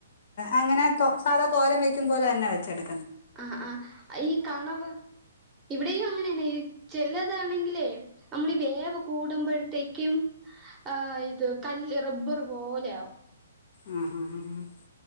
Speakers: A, on the left; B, on the right.
A: അങ്ങനെ തോ സാധാ തോരൻ വയ്ക്കുമ്പോലെ തന്നെ വെച്ചെടു
B: ആ ആ ഈ കണവ ഇവിടെയും അങ്ങനെയാണ് ചില താണെങ്കിലേ നമ്മളീ വേവ് കൂടുമ്പോഴത്തേക്കും ആ ഇത് കല്ല് റബ്ബർ പോലെ ആവും
A: ആ ഉം